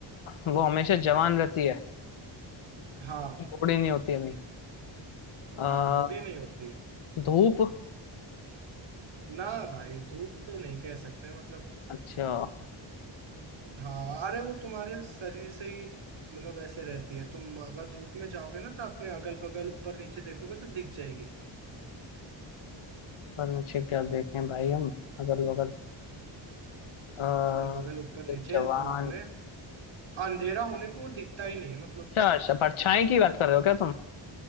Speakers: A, on the left; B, on the right.
A: वो हमेशा जवान रहती है
B: हाँ
A: बूढ़ी नहीं होती अभी आ,
B: हाँ बूढ़ी नहीं होती है
A: धूप
B: ना भाई धूप तो नहीं कह सकते मतलब
A: अच्छा
B: हाँ अरे वो तुम्हारे शरीर से ही मतलब ऐसे रहती है तुम अगर धूप में जाओगे ना तो अपने अगल बगल ऊपर नीचे देखोगे तो दिख जाएगी
A: पर नीचे क्या देखें भाई हम अगल बगल आ,
B: अगल बगल ऊपर नीचे
A: जवान
B: धूप में अंधेरा होने पे वो दिखता ही नहीं है मतलब
A: अच्छा अच्छा परछाई की बात कर रहे हो क्या तुम